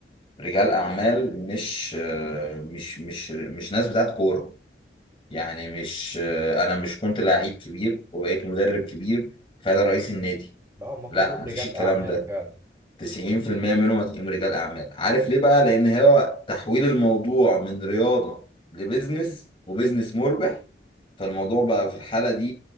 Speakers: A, on the left (about 30°); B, on the right (about 15°).
A: رجال اعمال مش آه، مش مش مش ناس بتاعت كورة يعني مش انا مش كنت لعيب كبير وبقيت مدرب كبير فانا رئيس النادي
B: بقى هم كلهم
A: لا مفيش
B: رجال
A: الكلام
B: اعمال
A: ده
B: فعلا
A: 90% منهم هتلاقيهم رجال اعمال عارف ليه بقى لان هو تحويل الموضوع من رياضة لبزنس وبزنس مربح فالموضوع بقى في الحالة دي